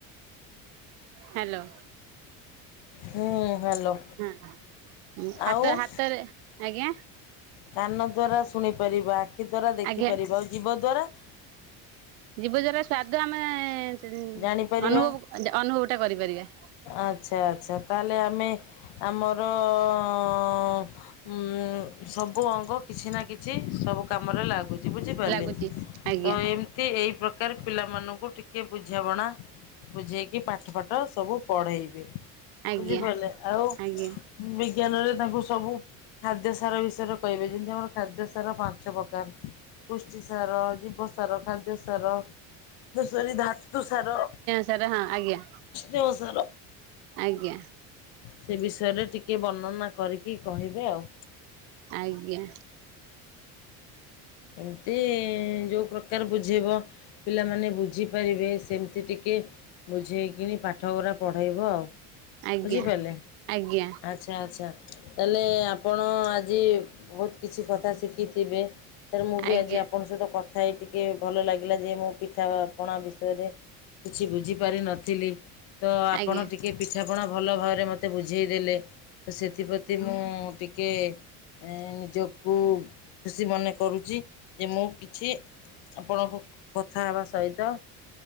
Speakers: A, on the right; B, on the left.
A: ହ୍ୟାଲୋ
B: ହୁଁ ହ୍ୟାଲୋ
A: ହଁ ହାତ
B: ଆଉ
A: ହାତରେ ଆଜ୍ଞା
B: କାନ ଦ୍ୱାରା ଶୁଣିପାରିବା ଆଖି ଦ୍ୱାରା ଦେଖିପାରିବା
A: ଆଜ୍ଞା
B: ଆଉ ଯିବ ଦ୍ୱାରା
A: ଜୀବ ଜରା ସ୍ୱାଦ ଆମେ
B: ଜାଣିପାରିବା
A: ଅନୁଭବ ଅନୁଭବ ଟା କରିପାରିବା
B: ଆଚ୍ଛା ଆଚ୍ଛା ତାହେଲେ ଆମେ ଆମର ଅ ଉଁ ସବୁ ଅଙ୍ଗ କିଛି ନା କିଛି ସବୁ କାମରେ ଲାଗୁଛି। ବୁଝିପାରିଲେ
A: ଲାଗୁଛି ଆଜ୍ଞା
B: ତ ଏମ୍ ତି ଏଇ ପ୍ରକାର ପିଲାମାନଙ୍କୁ ଟିକେ ବୁଝାବଣା ବୁଝେଇକି ପାଠପାଠ ସବୁ ପଢେଇବେ
A: ଆଜ୍ଞା
B: ବୁଝିପାରିଲେ ଆଉ
A: ଆଜ୍ଞା
B: ବିଜ୍ଞାନରେ ତାଙ୍କୁ ସବୁ ଖାଦ୍ୟ ସାର ବିଷୟରେ କହିବେ ଯେମିତି ଆମର ଖାଦ୍ୟ ସାର ପାଞ୍ଚ ପ୍ରକାର ପୁଷ୍ଟି ସାର ଜୀବ ସାର ଖାଦ୍ୟ ସାର ଦଷ ଧାତୁ ସାର
A: ତାର ହଁ ଆଜ୍ଞା
B: <unintelligible> ହଜର
A: ଆଜ୍ଞା
B: ସେ ବିଷୟରେ ଟିକେ ବର୍ଣ୍ଣନା କରିକି କହିବେ ଆଉ
A: ଆଜ୍ଞା
B: ଏମିତି ଯୋଉ ପ୍ରକାର ବୁଝେଇବ ପିଲାମାନେ ବୁଝିପାରିବେ ସେମିତି ଟିକେ ବୁଝେଇକିଣି ପାଠ ଗରା ପଢେଇବ ଆଉ
A: ଆଜ୍ଞା
B: ବୁଝିପାରିଲେ ଆ
A: ଆଜ୍ଞା ଆଜ୍ଞା
B: ଆଚ୍ଛା ଆଚ୍ଛା ତାହେଲେ ଆପଣ ଆଜି ବହୁତ କିଛି କଥା ଶିଖିଥିବେ ତାର ମୁଁ ବି
A: ଆଜ୍ଞା
B: ଆଜି ଆପଣଙ୍କ ସହିତ କଥା ହେଇ ଟିକେ ଭଲ ଲାଗିଲା ଯେ ମୁଁ ପିଠାପଣା ବିଷୟରେ କିଛି ବୁଝିପାରି ନଥିଲି। ତ ଆପଣ
A: ଆଜ୍ଞା
B: ଟିକଏ ପିଠାପଣା ଭଲ ଭାବରେ ମୋତେ ବୁଝେଇ ଦେଲେ। ତ ସେଥିପ୍ରତି ମୁଁ ଟିକେ ଏ ନିଜକୁ ଖୁସି ମନେ କରୁଛି ଯେ ମୁଁ କିଛି ଆପଣଙ୍କ କଥା ହେବା ସହିତ